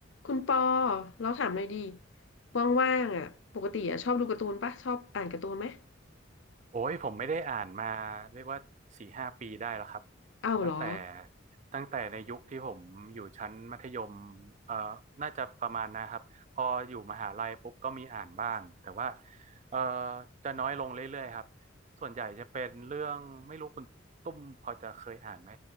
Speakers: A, on the left; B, on the right.
A: คุณปอเราถามหน่อยดีว่างๆอ่ะปกติอ่ะชอบดูการ์ตูนปะชอบอ่านการ์ตูนไหม
B: โอ้ยผมไม่ได้อ่านมาเรียกว่าสี่ห้าปีได้แล้วครับ
A: อ้าวเหรอ
B: ตั้งแต่ตั้งแต่ในยุคที่ผมอยู่ชั้นมัธยมเอ่อน่าจะประมาณนะครับพออยู่มหาลัยปุ๊บก็มีอ่านบ้างแต่ว่าเอ่อจะน้อยลงเรื่อยๆครับส่วนใหญ่จะเป็นเรื่องไม่รู้คุณตุ้มพอจะเคยอ่านไหม